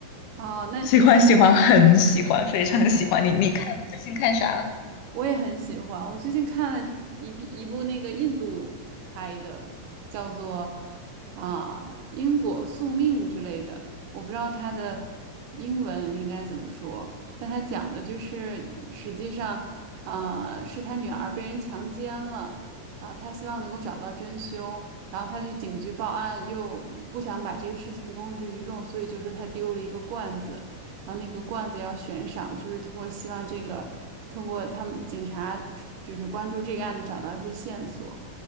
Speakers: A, on the right; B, on the left.
A: 哦，那
B: 喜欢喜欢，很喜欢，非常喜欢你，你看最近看啥啊？
A: 我也很喜欢。我最近看了一批一部那个印度拍的，叫做啊因果宿命之类的，我不知道它的英文应该怎么说，但它讲的就是实际上啊是他女儿被人强奸了。啊他希望能够找到真凶，然后他去警局报案，又不想把这个事情公之于众，所以就说他丢了一个罐子。然后那个罐子要悬赏，就是通过希望这个，通过他们警察就是关注这个案子，找到一些线索，